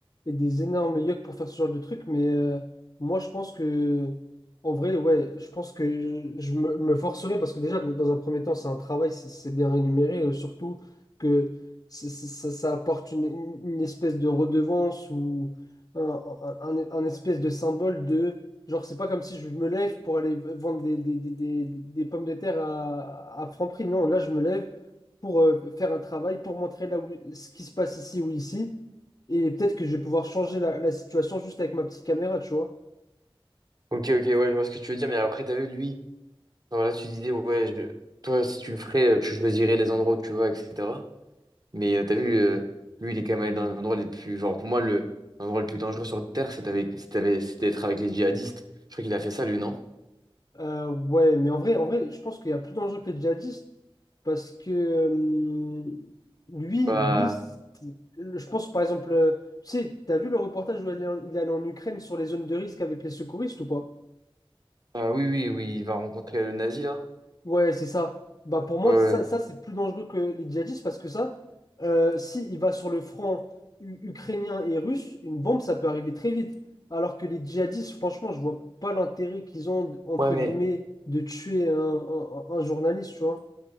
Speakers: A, on the left (about 45°); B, on the right (about 45°).
A: et des énormes yeux pour faire ce genre de truc. Mais euh, moi, je pense que, en vrai, ouais, je pense que je, je me, me forcerai parce que déjà, dans dans un premier temps, c'est un travail, c'est c'est bien rémunéré. euh, surtout que c'est- c'est- ça, ça apporte une, une- une espèce de redevance ou un, un- un- un espèce de symbole de. Genre, c'est pas comme si je me lève pour aller vendre des, des, des, des, des pommes de terre à, à Franprix. Non, là, je me lève pour euh, faire un travail, pour montrer là où, ce qui se passe ici ou ici. Et peut-être que je vais pouvoir changer la, la situation juste avec ma petite caméra, tu vois.
B: Ok, ok, ouais, je vois ce que tu veux dire. Mais après, t'as vu, lui, voilà, tu disais, ouais, je- toi, si tu le ferais, euh, tu choisirais les endroits où tu vas, etc. Mais euh, t'as vu, euh, lui, il est quand même allé dans l'endroit les plus. Genre, pour moi, le l'endroit le plus dangereux sur Terre, c'est avec, c'est avec- c'est d'être avec les djihadistes. Je crois qu'il a fait ça, lui, non?
A: Euh, ouais, mais en vrai, en vrai, je pense qu'il y a plus d'enjeux que les djihadistes. Parce que euh, lui,
B: Bah,
A: lui, c'est- je pense par exemple, euh, tu sais, t'as vu le reportage où il est en- il est allé en Ukraine sur les zones de risque avec les secouristes ou pas?
B: ah oui, oui, oui, il va rencontrer le nazi, là.
A: Ouais, c'est ça. Bah pour moi,
B: Ouais. Ouais,
A: ça, ça c'est plus dangereux que les djihadistes parce que ça, euh, si il va sur le front u- ukrainien et russe, une bombe, ça peut arriver très vite. Alors que les djihadistes, franchement, je vois pas l'intérêt qu'ils ont, entre
B: Ouais, mais
A: guillemets, de tuer un, un- un journaliste, tu vois.